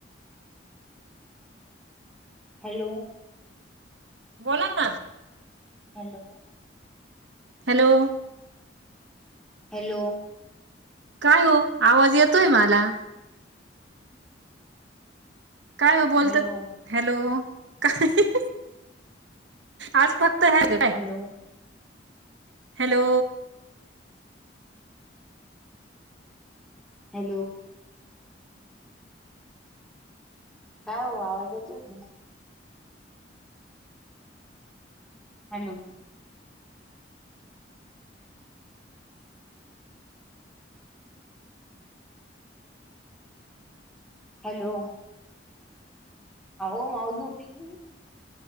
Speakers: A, in the centre; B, on the right (about 85°).
A: हॅलो
B: बोलां नां
A: हॅलो
B: हॅलो
A: हॅलो
B: कायं हो आवांज येतोय मलां कायं बोलतांत
A: हॅलो
B: हॅलो कायं आंज फक्तं हॉलो हां
A: हॅलो
B: हॅलो
A: हॅलो कायं हो आवांज येतं नाहीं हॅलो हॅलो अहो मांऊ झोपली